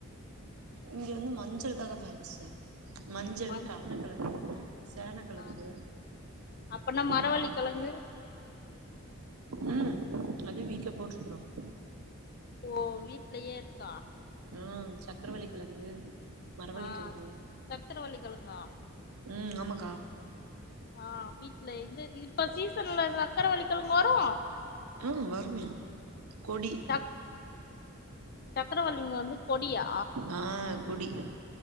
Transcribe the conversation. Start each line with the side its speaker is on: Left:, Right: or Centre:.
Right: இங்க வந்து மஞ்சள் தாங்க ஃபேமஸ் மஞ்சள்
Left: மந்த்
Right: கருணக்கெழங்கு சேனக்கெழங்கு
Left: ஆ அப்பன்னா மரவள்ளி
Right: வா
Left: கெழங்கு
Right: உம் அதும் வீட்டுல போட்டுருக்குறோம்
Left: ஓ வீட்லயே இருக்
Right: உம் சக்கரவள்ளி கெழங்கு மரவள்ளி
Left: ஆஹ்
Right: கெழங்கு
Left: சக்கரவள்ளிகெழுங்கா
Right: ம் ஆமாக்கா
Left: ஆஹ் வீட்ல இந்த இப்ப சீசன்ல சக்கரவள்ளிகெழங்கு வரு
Right: ஆஹ் வருமே கொடி
Left: சக் சக்கரவள்ளிங்க வந்து கொடியா
Right: ஆ கொடி